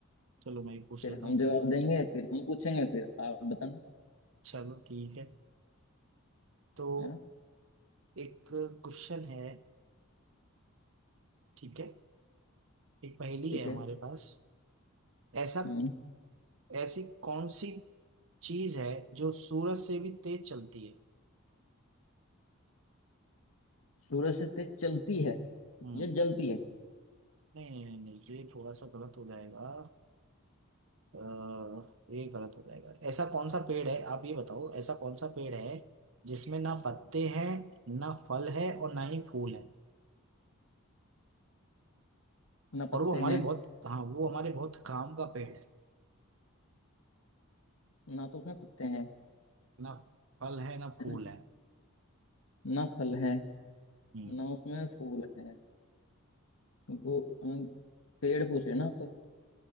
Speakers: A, on the right; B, on the left.
A: चलो मैं ही पूछ
B: फिर
A: लेता
B: हम
A: हूँ
B: जवाब
A: फिर
B: देंगे फिर हम पूछेंगे फिर आप बताना
A: चलो ठीक है तो
B: है ना
A: एक क्वेश्चन है ठीक है एक पहेली
B: ठीक
A: है हमारे
B: है
A: पास ऐसा
B: हम्म
A: ऐसी कौन सी चीज है जो सूरज से भी तेज चलती है
B: सूरज से तेज चलती है
A: हम्म
B: या जलती है
A: नहीं नहीं नहीं नहीं ये थोड़ा सा गलत हो जाएगा अ, ये गलत हो जाएगा ऐसा कौन सा पेड़ है आप ये बताओ ऐसा कौन सा पेड़ है जिसमें ना पत्ते हैं ना फल है और ना ही फूल है
B: ना
A: और
B: पत्ते
A: वो हमारे
B: हैं
A: बहुत हाँ वो हमारे बहुत काम का पेड़ है
B: ना तो उसमें पत्ते हैं
A: ना फल है ना फूल
B: न-
A: है
B: ना ना फल है
A: हम्म
B: ना उसमें फूल है गो अ, पेड़ पूछ रहे ना आप तो